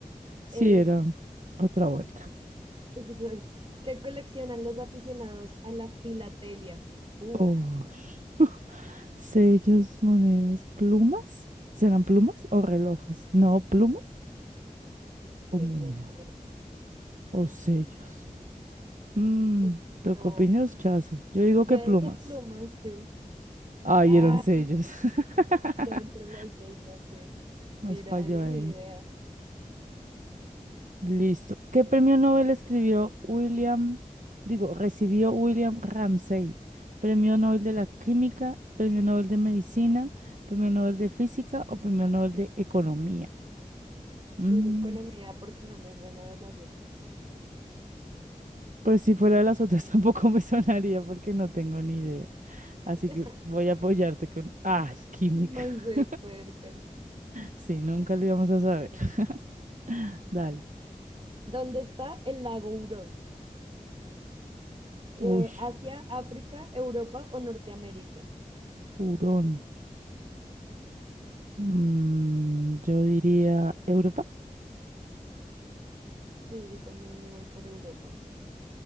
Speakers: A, on the right; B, on the right.
A: Sí,
B: Eh,
A: era otra vuelta.
B: exacto. ¿Qué coleccionan los aficionados a la filatelia? Uh,
A: Oh, <laughs> sellos, monedas, plumas. ¿Serán plumas o relojes? No, plumas
B: telia,
A: o monedas
B: ¿qué es?
A: o sellos. Mmm,
B: Uf,
A: tocopiños,
B: no.
A: chazo. Yo digo
B: Deben
A: que plumas.
B: ser plumas, sí.
A: Ay,
B: Ay,
A: eran sellos. <laughs>
B: está entre las dos también.
A: Nos
B: Mira,
A: falló
B: esa
A: ahí.
B: ni idea.
A: Listo. ¿Qué premio Nobel escribió William, digo, recibió William Ramsay? ¿Premio Nobel de la Química, Premio Nobel de Medicina, Premio Nobel de Física o Premio Nobel de Economía? Mm,
B: Puse economía porque no me suena de las otras.
A: pues si fuera de las otras <laughs> tampoco me sonaría porque no tengo ni idea. Así
B: <laughs>
A: que voy a apoyarte con... Ah, química.
B: Ay, de
A: <laughs>
B: puerca.
A: Sí, nunca lo íbamos a saber. <laughs> Dale.
B: ¿Dónde está el lago Hurón? Eh,
A: Uy,
B: ¿Asia, África, Europa o Norteamérica?
A: hurón. Mm, yo diría Europa.
B: Sí, yo también me voy por Europa.